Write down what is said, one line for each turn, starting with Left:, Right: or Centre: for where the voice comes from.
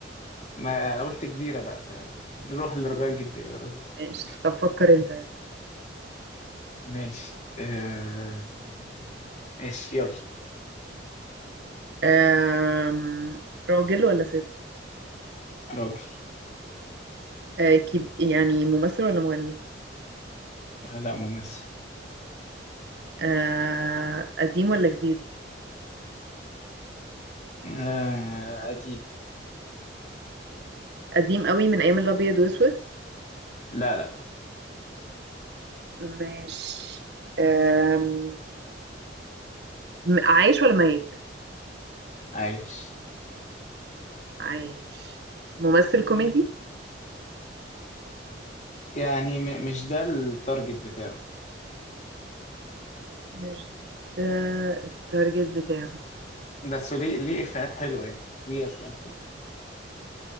Left: ما قلت كبيره بقى فنروح لرجاء الجداوي على
Right: <laughs>
Left: طول
Right: ماشي طب فكر انت يعني
Left: ماشي آه... مين- مين- مين؟ ماشي يلا
Right: أم... راجل ولا ست
Left: راجل
Right: أه كب... يعني ممثل ولا مغني
Left: لا ممثل
Right: أه... قديم ولا جديد
Left: آه... قديم
Right: قديم قوي من ايام الابيض واسود
Left: لا لا
Right: ماشي أم... م- عايش ولا ميت
Left: عايش
Right: عايش ممثل كوميدي
Left: يعني م... مش ده التارجت بتاعه
Right: مش ده التارجت بتاعه
Left: بس ليه ليه افيهات حلوه يعني ليه افلام حلوه